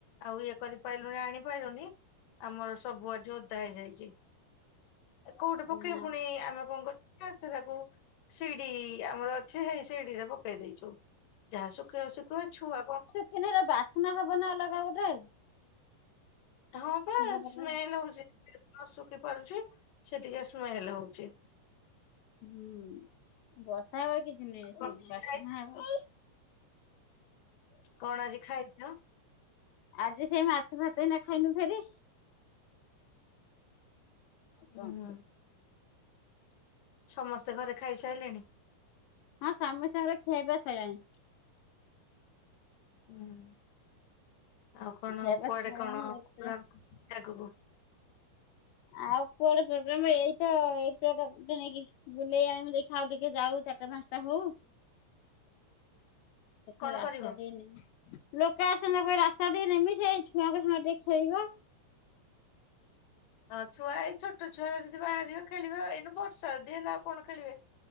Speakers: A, on the left; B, on the left.
A: ଆଉ ଇଏ କରିପାଇଲୁଣନି ଆଣିପାଇଲୁନି ଆମର ସବୁ ଆଜି ଓଦା ହେଇଯାଇଚି। ଏ କୋଉଠି ପକେଇବୁ
B: ନା
A: ଫୁଣି ଆମେ କଣ କରିଚୁ ନା ସେ ତାକୁ ଶିଡି ଆମର ଅଛି ସେଇ ଶିଡିରେ ପକେଇ ଦେଇଚୁ। ଯାହା ଶୁକେଇବା ଶୁକେଇବ ଏଇ ଛୁଆ କଣ
B: କିନୁ ହେରା ବାସ୍ନା ହବ ନା ଅଲଗା ଗୋଟେ।
A: ହଁ ପା
B: ଲୁଗାପଟା
A: ସ୍ମେଲ୍ ହୋଉଚି <inaudible> ନଶୁଖି ପାରୁଚି ସେ ଟିକେ ସ୍ମେଲ ହୋଉଚି।
B: ହୁଁ ବର୍ଷା ହବ କିଛି ନାହିଁ
A: କଣ
B: ସେ ବାସ୍ନା
A: ଖାଇ
B: ହବ।
A: କଣ ଆଜି ଖାଇଚ?
B: ଆଜି ସେଇ ମାଛ ଭାତ ଏଇନା ଖାଇନୁ ଫେରି। ଆ
A: ହୁଁ
B: କଣ ଖାଇ
A: ସମସ୍ତେ ଘରେ ଖାଇସାଇଲେଣି?
B: ହଁ ସମସ୍ତଙ୍କର ଖିଆପିଆ ସଇଲାଣି।
A: ହୁଁ ଆଉ କଣ
B: ଖିଆପିଆ
A: କୁଆଡେ
B: ସଇଲାଣି
A: କଣ
B: ଏବେ
A: <unintelligible> ଆଗକୁ?
B: ଆଉ କୁଆଡେ ପ୍ରୋଗ୍ରାମ ଏଇତ ଏଇ ଛୁଆଟାକୁ ଟିକେ ନେଇକି ବୁଲେଇ ଆଣିବି ଦେଖିଆ ଆଉ ଟିକେ ଯାଉ ଚାରଟା ପାଞ୍ଚଟା ହୋଉ। ଟିକେ
A: କଣ
B: ରାସ୍ତା
A: କରିବ?
B: ଦିଅନି। <unintelligible> ଲୋକ ଆସିବେ ତାକୁ ରାସ୍ତାକୁ ଟିକେ ନେମି ସିଏ ଏଇ ଛୁଆଙ୍କ ସାଙ୍ଗରେ ଟିକେ ଖେଳିବ।
A: ହଁ ଛୁଆ ଏଇ ଛୋଟ ଛୁଆରେ ଯଦି ବାହାରିବା ଖେଳିବ ଏଇନୁ ବର୍ଷା ଯଦି ହେଲା ଆଉ କଣ ଖେଳିବେ।